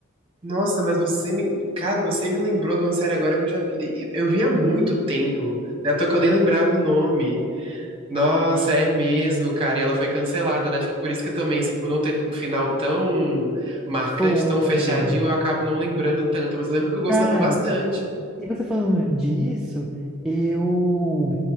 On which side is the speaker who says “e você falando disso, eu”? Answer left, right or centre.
Centre